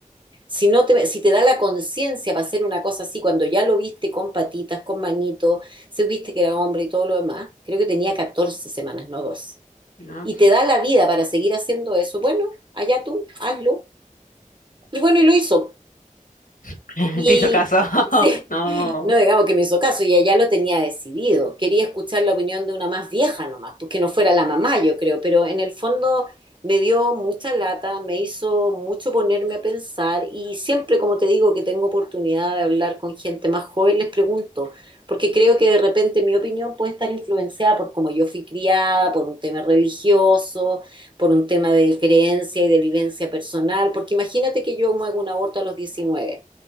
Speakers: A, on the right; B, on the left.
A: Si, no te, si te da la conciencia para hacer una cosa así, cuando ya lo viste con patitas, con manitos, si viste que era hombre y todo lo demás, creo que tenía 14 semanas, no doce
B: No,
A: Y te da la vida para seguir haciendo eso, bueno, allá tú, hazlo. Y bueno, y lo hizo.
B: <laughs>
A: Y
B: Te hizo caso. <laughs>
A: sí,
B: No.
A: <laughs> no digamos que me hizo caso, y ella lo tenía decidido. Quería escuchar la opinión de una más vieja nomás, porque no fuera la mamá, yo creo, pero en el fondo me dio mucha lata, me hizo mucho ponerme a pensar, y siempre, como te digo, que tengo oportunidad de hablar con gente más joven, les pregunto, porque creo que de repente mi opinión puede estar influenciada por cómo yo fui criada, por un tema religioso, por un tema de creencia y de vivencia personal, porque imagínate que yo me hago un aborto a los 19